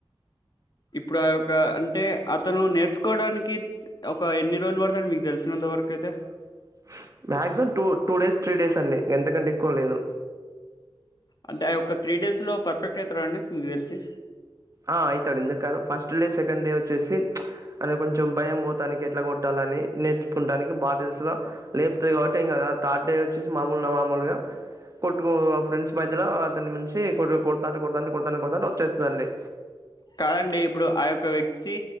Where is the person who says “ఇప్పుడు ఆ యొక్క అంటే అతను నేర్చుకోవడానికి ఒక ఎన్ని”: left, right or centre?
Left